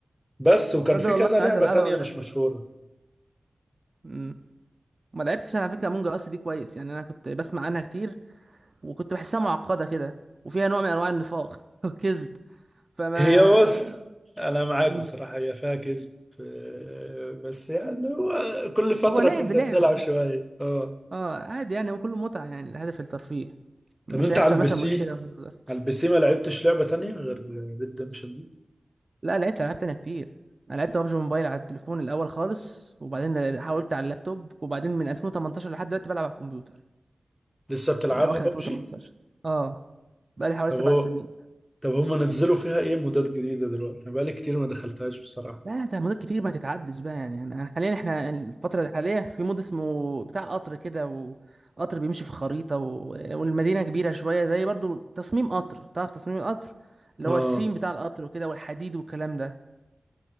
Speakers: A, in the centre; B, on the right.
A: بس وكان
B: تصدق
A: في
B: والله
A: كذا
B: انا
A: لعبة
B: عايز العبها
A: تانية
B: دلوقتي
A: مش مشهورة
B: امم ما لعبتش انا على فكره امونج اس دي كويس يعني انا كنت بسمع عنها كتير وكنت بحسها معقده كده وفيها نوع من انواع النفاق <laughs> والكذب
A: <laughs>
B: فما
A: هي بص انا معاك
B: مم.
A: بصراحة هي فيها كذب آه، بس يعني هو كل فترة
B: هو لعب
A: كنا
B: لعب
A: بنلعب شوية اه
B: اه عادي يعني هو كله متعة يعني الهدف الترفيه مش
A: طب انت
B: هيحصل
A: على البي
B: مثلا
A: سي
B: مشكلة في الوقت.
A: على البي سي ما لعبتش لعبة تانية غير ريدمشن دي
B: لا لعبت ألعاب تانية كتير أنا لعبت ببجي موبايل على التليفون الأول خالص وبعدين حاولت على اللابتوب وبعدين من 2018 لحد دلوقتي بلعب على الكمبيوتر
A: لسه بتلعبها
B: من أواخر
A: ببجي
B: 2018 اه بقالي حوالي
A: طب
B: سبع
A: هو
B: سنين
A: طب هم نزلوا فيها ايه مودات جديدة دلوقتي انا بقالي كتير ما دخلتهاش بصراحة
B: لا ده مدة كتير ما تتعدش بقى يعني انا أنا حاليا احنا الفترة الحالية في مود اسمه بتاع قطر كده وقطر بيمشي في خريطة و... والمدينة كبيرة شوية زي برضو تصميم قطر تعرف تصميم القطر اللي
A: اه
B: هو السيم بتاع القطر وكده والحديد والكلام ده